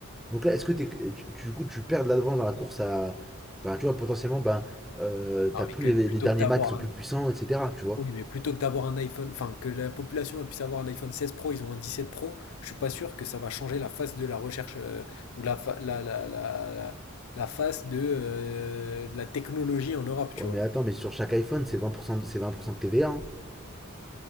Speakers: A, in the centre; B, on the left.
A: Donc là, est-ce que t'es- tu, du coup, tu perds de l'avance dans la course à. Enfin, tu vois, potentiellement, ben, euh,
B: Non,
A: t'as
B: mais
A: plus
B: que
A: les,
B: plutôt
A: les derniers
B: que d'avoir
A: Mac qui sont
B: un-
A: plus puissants, etc. Tu vois.
B: Oui, mais plutôt que d'avoir un iPhone, enfin que la population elle puisse avoir un iPhone 16 Pro, ils ont un 17 Pro, je suis pas sûr que ça va changer la face de la recherche euh, ou la, fa- la, la, la, la- la face de, euh, de la technologie en Europe, tu
A: Ouais,
B: vois.
A: mais attends, mais sur chaque iPhone, c'est 20%, de- c'est 20% de TVA. hein.